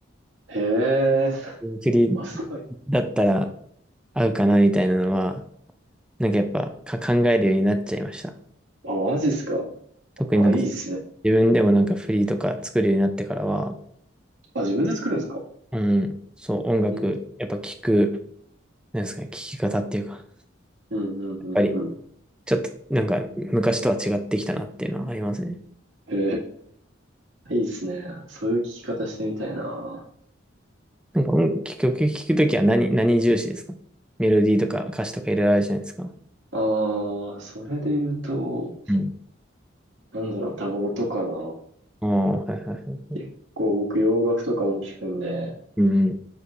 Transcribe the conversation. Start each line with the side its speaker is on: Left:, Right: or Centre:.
Right: へえ、
Centre: 栗
Right: あ、すごい。
Centre: だったら合うかなみたいなのは、なんかやっぱか考えるようになっちゃいました。
Right: あ、マジっすか。
Centre: 特になんか
Right: あ、いいっすね。
Centre: 自分でもなんかフリーとか作るようになってからは、
Right: あ、自分で作るんですか。
Centre: うん、そう音楽、
Right: うん、
Centre: やっぱ聞く、なんですかね、聞き方っていうか、やっ
Right: うん、うん、うん、
Centre: ぱり
Right: うん。
Centre: ちょっとなんか昔とは違ってきたなっていうのはありますね。
Right: へえ、いいっすね。そういう聞き方してみたいな。
Centre: なんか音聞く、聞くときは何、何重視ですかメロディーとか歌詞とかいろいろあるじゃないですか。
Right: ああ、それで言うと、
Centre: うん。
Right: なんだろう、タバコとかな。
Centre: ああ、はいはいはい。
Right: 結構僕洋楽とかも聞くんで、
Centre: うん。